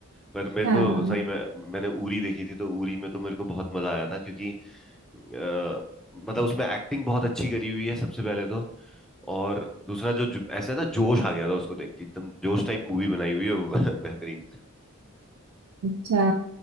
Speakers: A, in the centre; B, on the right.
A: पर मेरे
B: <laughs> हाँ
A: को सही में मैंने उरी देखी थी तो उरी में तो मेरे को बहुत मजा आया था क्योंकि अ, मतलब उसमें एक्टिंग बहुत अच्छी करी हुई है सबसे पहले तो और दूसरा जो जो- ऐसा है ना जोश आ गया था उसको देख के एकदम जोश टाइप मूवी बनाई हुई है वो <laughs> बेहतरीन
B: अच्छा